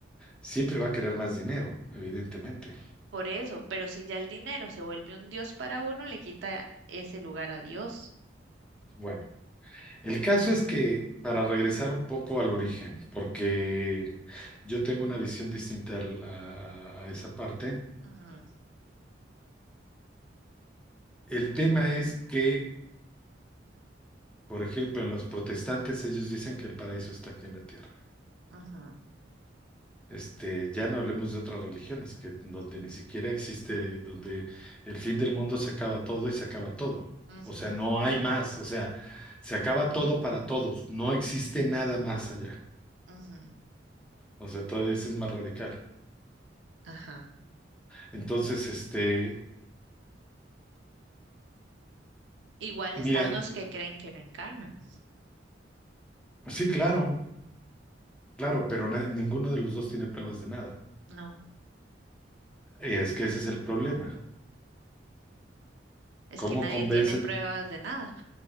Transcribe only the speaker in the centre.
siempre va a querer más dinero, evidentemente.
Bueno, el caso es que para regresar un poco al origen, porque yo tengo una visión distinta al- a, a esa parte,
el tema es que, por ejemplo, en los protestantes ellos dicen que el paraíso está aquí en la tierra.
Este, ya no hablemos de otras religiones, que donde ni siquiera existe, donde el fin del mundo se acaba todo y se acaba todo.
O sea, no hay más, o sea, se acaba todo para todos, no existe nada más allá.
O sea, todavía ese es más radical.
Entonces, este,
mira,
sí, claro, claro, pero na- ninguno de los dos tiene pruebas de nada.
Y es que ese es el problema.
¿Cómo
convences?